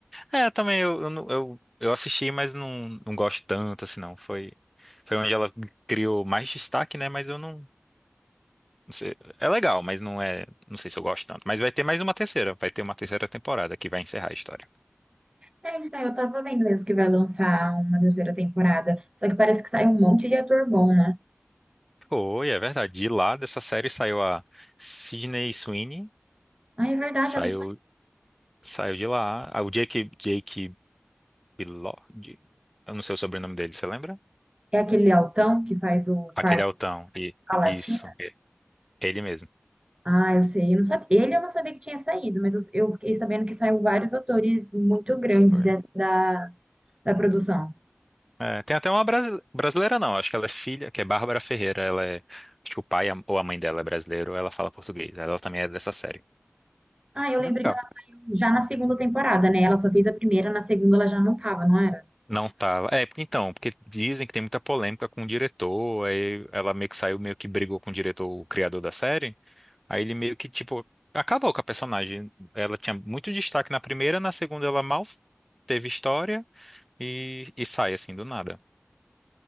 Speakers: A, in the centre; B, on the right.
A: É, também eu, eu, não- eu, eu assisti, mas não, não gosto tanto, assim, não. Foi, foi onde ela criou mais destaque, né? Mas eu não. Não sei, é legal, mas não é. Não sei se eu gosto tanto. Mas vai ter mais uma terceira. Vai ter uma terceira temporada que vai encerrar a história.
B: É, então, eu tava vendo mesmo que vai lançar uma terceira temporada. Só que parece que sai um monte de ator bom, né?
A: Foi, é verdade. De lá dessa série saiu a Sydney Sweeney.
B: Ah, é verdade,
A: Saiu,
B: a do-
A: saiu de lá. Ah, O Jake, Jake Bilod. Eu não sei o sobrenome dele, você lembra?
B: é aquele altão que faz o
A: Aquele
B: parto
A: altão. E,
B: com a Latina.
A: isso. E- Ele mesmo.
B: Ah, eu sei, eu não sabia. Ele eu não sabia que tinha saído, mas eu, eu fiquei sabendo que saiu vários atores muito grandes
A: Foi.
B: dessa, da, da produção.
A: É, tem até uma brasi- brasileira, não. Acho que ela é filha, que é Bárbara Ferreira. Ela é. Acho que o pai a- ou a mãe dela é brasileiro, ela fala português. Ela também é dessa série.
B: Ah, eu
A: Bem
B: lembrei
A: legal.
B: que ela saiu já na segunda temporada, né? Ela só fez a primeira, na segunda ela já não tava, não era?
A: Não tava. É, porque- então, porque dizem que tem muita polêmica com o diretor, aí ela meio que saiu, meio que brigou com o diretor, o criador da série, aí ele meio que, tipo, acabou com a personagem. Ela tinha muito destaque na primeira, na segunda ela mal teve história e, e sai, assim, do nada.